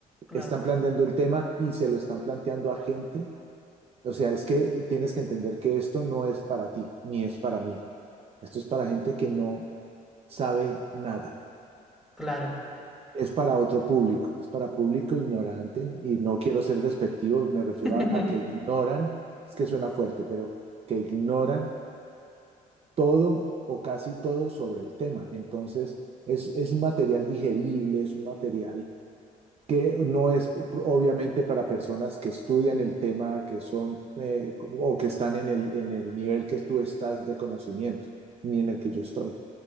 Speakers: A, in the centre; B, on the right (about 45°).
A: Claro,
B: están planteando el tema y se lo están planteando a gente. O sea, es que tienes que entender que esto no es para ti, ni es para mí. Esto es para gente que no sabe nada.
A: claro,
B: es para otro público, es para público ignorante y no quiero ser despectivo, me refiero
A: <laughs>
B: a, a que ignoran, es que suena fuerte, pero que ignoran todo o casi todo sobre el tema. Entonces, es, es un material digerible, es un material que no es obviamente para personas que estudian el tema, que son eh, o que están en el, en el nivel que tú estás de conocimiento, ni en el que yo estoy.